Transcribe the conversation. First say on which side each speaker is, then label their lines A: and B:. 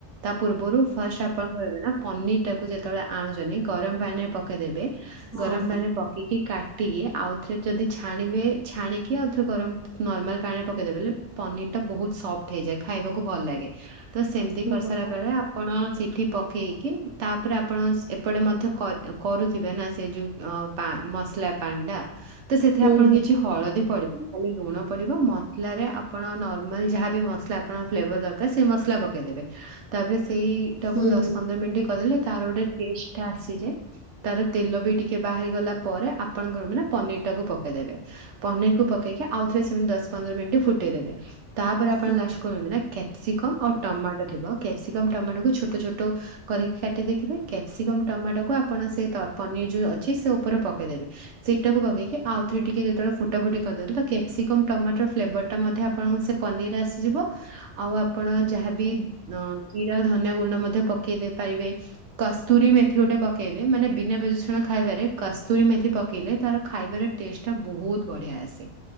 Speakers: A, on the right; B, on the right.
A: ତା ପୂର୍ବରୁ ଫାଷ୍ଟ ଆପଣ କହିବେ ନା ପନିରି ଟାକୁ ଯେତବେଳେ ଆଣୁଚନ୍ତିି ଗରମ୍ ପାଣି ରେ ପକେଇଦେବେ।
B: ହଁ
A: ଗରମ୍ ପାଣିରେ ପ କେଇକି କାଟିକି ଆଉ ଥରେ ଯଦି ଛାଣିବେ ଛାଣିକି ଆଉ ଥରେ ଗରମ୍ ନର୍ମାଲ ପାଣି ରେ ପକେଇଦେବେ ପନିରି ଟା ବହୁତ୍ ସଫ୍ଟ ହେଇଯାଏ ଖାଇବାକୁ ଭଲ ଲାଗେ। ତ ସେମ୍ତି
B: ହଁ
A: କରିସାରିଲା
B: ହଁ।
A: ବେଳେ ଆପଣ ସେଇଠି ପକେଇକି ତାପରେ ଆପଣ ଏପଟେ ମଧ୍ୟ କରୁଥିବେ ନା ସେ ଯୋଉ ପା ମସଲା <unintelligible> ତ ସେଥିରେ
B: ହୁଁ
A: ଆପଣ କିଛି ହଳଦୀ ପଡିବନି ଖାଲି ଲୁଣ ପଡିବ ମସଲାରେ ଆପଣ ନର୍ମାଲ ଯାହାବି ମସ ଲା ଆପଣଙ୍କ ଫ୍ଲେବର୍ ଦରକାର ସେ ମସଲା ପକେଇଦେବେ ତାପରେ ସେଇଟାକୁ
B: ହୁଁ
A: ଦଶ ପନ୍ଦର ମିନିଟ୍ କରିଦେଲେ ତାର ଗୋଟେ ଟେଷ୍ଟ ଟା ଆସିଯାଏ ତାର ତେଲ ବି ଟିକେ ବାହାରିଗଲା ପରେ ଆପଣଙ୍କର ମାନେ ପନିରି ଟାକୁ ପକେଇଦେବେ ପନିରିକୁ ପକେଇକି ଆଉଥରେ ସେମ୍ତି ଦଶ ପନ୍ଦର ମିନିଟ୍ ଫୁଟେଇଦେବେ ତାପରେ ଆପଣ
B: ହଁ
A: ଲାଷ୍ଟ <unintelligible> ନା କ୍ୟାପ୍ସିକମ୍ ଆଉ ଟମାଟୋ ଥିବ କ୍ୟାପ୍ସିକମ୍ ଟମାଟୋକୁୁ ଛୋଟ-ଛୋଟ କରିକି କାଟି ଦେଇଥିବେ କ୍ୟାପ୍ସିକମ୍ ଟମାଟୋକୁୁ ଆପଣ ସେ ପନିରି ଯୋଉ ଅଛି ସେ ଉପରେ ପକେଇଦେବେ ସେଇଟାକୁ ପକେଇ କି ଆଉ ଥରେ ଟିକେ ଯେତବେଳେ ଫୁଟାୁଫୁଟି କରିଦେବେ ତ କ୍ୟାପସିକମ୍ ଟମାଟର ଫ୍ଲେଭର୍ ମଧ୍ୟ ଆପଣଙ୍କ ସେ ପନିରି ଆସିଯିବ ଆଉ ଆପଣ ଯାହାବି ହଁ ଜିରା ଧନିଆ ଗୁଣ୍ଡ ମଧ୍ୟ ପକେଇ ଦେଇପାରିବେ କସ୍ତୁରୀ ମେଥି ଗୋଟେ ପକେଇବେ ମାନେ ବିନା ପ୍ରଦୂଷଣ ଖାଇବାରେ କସ୍ତୁରୀ ମେଥି ପକେ ପକେଇଲେ ତାର ଖାଇବାରେ ଟେଷ୍ଟ ଟା ବହୁତ୍ ବଢିଆ ଆସେ